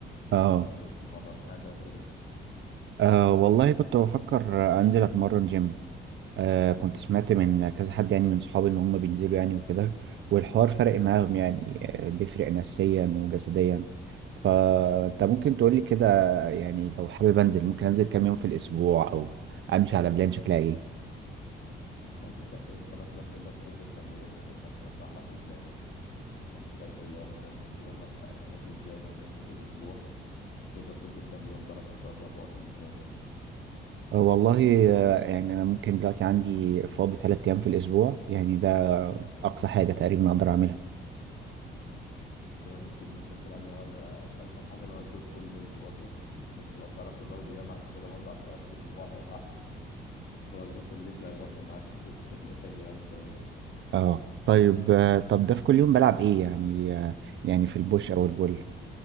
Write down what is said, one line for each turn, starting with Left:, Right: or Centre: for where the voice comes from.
Right: اه
Left: انت بتتمرن حاجه وكده
Right: آه والله كنت بفكر آه، انزل اتمرن جيم آه كنت سمعت من كذا حد يعني من صحابي ان هم بينزلوا يعني وكده والحوار فرق معاهم يعني آه، بيفرق نفسيا وجسديا فانت ممكن تقولي كده يعني لو حابب انزل ممكن انزل كام يوم في الاسبوع او امشي على بلان شكلها ايه
Left: انت مثلا انت مثلا تقدر تنزل كام يوم يعني مثلا عشان اشرح لك البلان مثلا انت شايف اللي هو مثلا يومك ح- ماشي ازاي مثلا في الاسبوع تقدر تنزل كام يوم تعرف تفرغ وقت للجيم
Right: آه، والله آه، يعني انا ممكن دلوقتي عندي فاضي ثلاث ايام في الاسبوع يعني ده اقصى حاجة تقريبا اقدر اعملها
Left: كده ممكن مثلا تلعب اللي هو ال- انسب حاجه اللي هو البوش بول ليج برضه بس لو تعرف تزود ايام عن كده برضه عن ثلاثه في الاسبوع هيبقى احسن يعني بس هو البوش بول ليج هيغطي معاك بشكل حلو يعني التمارين
Right: اه طيب آه، طب ده في كل يوم بلعب
Left: تعرف
Right: ايه يعني
Left: ال-
Right: آه، يعني في البوش
Left: انا كنت
Right: او البول